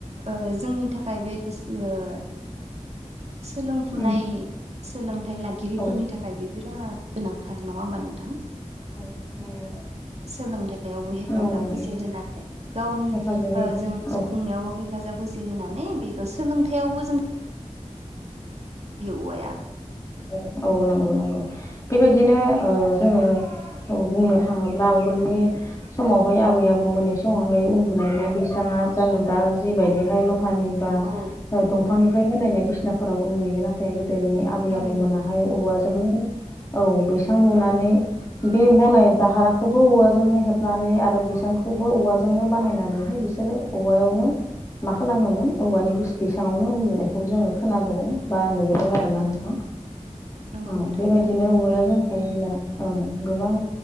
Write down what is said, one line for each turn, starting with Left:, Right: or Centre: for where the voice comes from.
Right: ओ जोंनि थाखाय बे स ओ जों सोलोंफुनाय
Left: उम
Right: सोलोंथाइ लागिरिफोरनि
Left: औ
Right: थाखाय बे बिराद गोनांथार नङा होमबा नोंथां?
Left: औ नंगौ।
Right: सोलोंथाइयावबो हेफाजाब
Left: नंगौ
Right: होसे होनानै गावनि
Left: हेफाजाब
Right: ओ जों
Left: होयो
Right: जिउ खुंनायाव हेफाजाब होसे होनानै बेखौ सोलोंथाइयावबो जों औवाया
Left: औ औ औ नंगौ। गौ नंगौ बेबायदिनो ओह जोङो औ बुंनो थाङोब्ला आवगोलनि समावहाय आबै आबौमोननि समावहाय उन्दुनाय बे बैसां दा जों दा जिबायदिहाय ल हानि बा
Right: औ
Left: दंफांनिफ्राय बानायनाय बिसिनाफोराव उन्दुयो नाथाय दोनि आबै
Right: थारैनो
Left: आबौमोनाहाय
Right: नंगौ
Left: औवाजों औ बैसां लुनानै बे बनाय दाहारखौबो औवाजोंनो हेबनानै आरो बैसांखौबो औवाजोंनो बानायनानैहाय बे बिसोरो औवायावनो मा खालामोमोन औवानि बैस-बेैसाङावनो उन्दुनायखौ जोङो खोनाबोदों। बा नुबोदों आरो ना नोंथां
Right: नंगौ
Left: ओम
Right: नोंथां
Left: बेबायदिनो
Right: थारैनो
Left: औवाया जोंखो होयोब्ला ओं गोबां